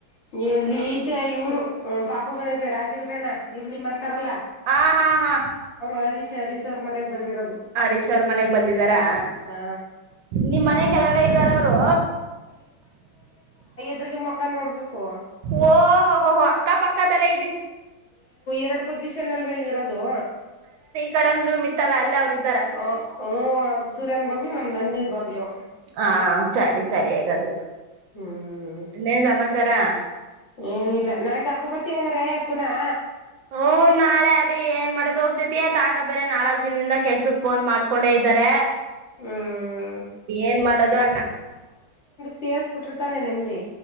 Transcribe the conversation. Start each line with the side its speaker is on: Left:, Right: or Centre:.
Left: ಇಲ್ಲಿ ಈಚೆ ಇವ್ರು ಪಾಪು ಬಂದೈತೆರಾಜೇಂದ್ರಣ್ಣ ಇರುಳಿ ಮರ್ತ ಲ್ಲ
Right: ಹ ಹಾ ಹಾ
Left: ಹರೀಶ್ ಹರೀಶ್ ಅವ್ರ ಮನೆಗ್ ಬಂದಿರೋದು
Right: ಹರೀಶ್ ಅವ್ರ ಮನೆಗ್ ಬಂದಿದಾರಾ
Left: ಹ
Right: ನಿಮ್ ಮನೆ ಕೆಳಗಡೆ ಇದ್ದಾರ ಅವರು
Left: ತಿರ್ಗಿಮಖ ನೋಡ್ಬೇಕು
Right: ಓ ಹೋಅಕ್ಕ ಪಕ್ಕದಲ್ಲ
Left: ಎರಡು ಪೊಸಿಷನ್ ಅಲ್ವಾ ಇಲ್ಲಿರೋದು
Right: ಕಡಂದ್ರು ಮಿತ್ತಲ್ಲ ಅಲ್ಲ ಅವ್ರಿಗೆ
Left: ಹ ಹ ಅವ್ರ್ದ ಸೂರ್ಯನ್ ಬಾಗ್ಲುನಮ್ದ ನಂದಿ ಬಾಗ್ಲು
Right: ಹಾ ಸರಿ ಸರಿ ಹಾಗಾದ್ರೆ
Left: ಹ್ಮ
Right: ಇನ್ನೇನ್ ಸಮಾಚಾರ
Left: ಏನಿಲ್ಲನಾಳೆ ಕರ್ಕೊಬತ್ತಿಯ ಹಂಗಾರ ಪುನಃ
Right: ಹ್ಮ ನಾಳೆ ಅದೇ ಏನ್ ಮಾಡೋ ಹೋಗ್ ಜೊತಿಯಾ ತಾತ ಬೇರೆ ನಾಲ್ಕ್ ದಿನದಿಂದ ಕೆಲ್ಸಕ್ ಫೋನ್ ಮಾಡ್ಕೊಂಡೆ ಇದ್ದಾರೆ
Left: ಹ್ಮ್
Right: ಏನ್ ಮಾಡೋದು ಅಣ್ಣ
Left: ಸೇರಿಸಿ ಬಿಟ್ಟಿರುತಾನೆ ನೆಮ್ಮದಿ